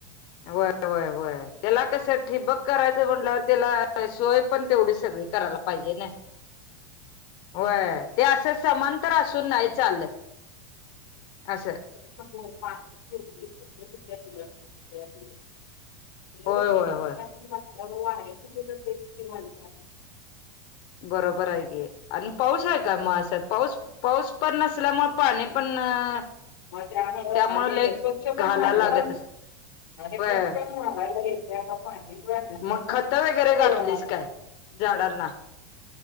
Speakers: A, on the left; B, on the left.
A: व्हय व्हय व्हय, त्याला कसं ठिबक करायचं म्हंटल्यावर त्याला सोय पण तेवढी सगळी करायला पाहिजे ना, होय. ते असं समांतर असून नाही चालत, असं.
B: <unintelligible> अग
A: होय होय
B: ते पाणी
A: होय
B: आपण घातल्याव वाळायचं <unintelligible>
A: बरोबर आहे की, आणि पाऊस आहे का मग असं पाऊस पाऊस पण नसल्यामुळे पाणी पण अ
B: म त्यामुळं
A: त्यामुळे
B: आणि
A: लई
B: स्वच्छ पण
A: घाला
B: झालं.
A: लागत अस
B: आणि
A: होय
B: पटकन घालायला येतंय आता पाणी पण त्यानं,
A: मग खत वगैरे
B: होय.
A: घातलीस काय झाडांना,